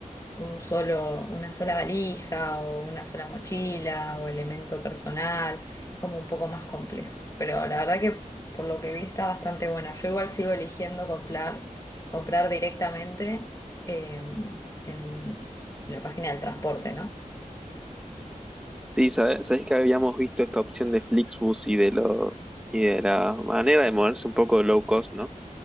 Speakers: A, on the left; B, in the centre.
A: un solo, una sola valija o una sola mochila o elemento personal, como un poco más complejo. Pero la verdad que por lo que vi está bastante buena. Yo igual sigo eligiendo comprar, comprar directamente eh, en, en la página del transporte, ¿no?
B: Sí, sabes, sabés que habíamos visto esta opción de Flixbus y de los y de la manera de moverse un poco low cost, ¿no?